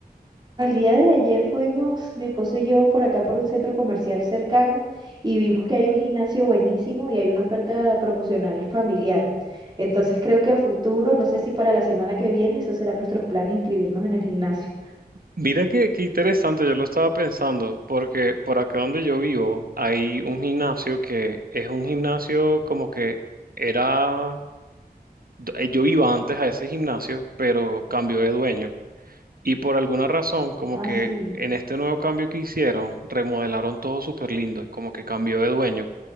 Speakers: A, on the right; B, on the right.
A: el día de ayer fuimos, mi esposo y yo, por acá por un centro comercial cercano y vimos que hay un gimnasio buenísimo y hay una oferta promocional familiar. Entonces creo que a futuro, no sé si para la semana que viene, esos serán nuestros planes, inscribirnos en el gimnasio.
B: Mira qué, qué interesante, yo lo estaba pensando, porque por acá donde yo vivo hay un gimnasio que es un gimnasio como que era, eh, yo iba antes a ese gimnasio, pero cambió de dueño. Y por alguna razón, como
A: Ah,
B: que
A: sí.
B: en este nuevo cambio que hicieron, remodelaron todo súper lindo, como que cambió de dueño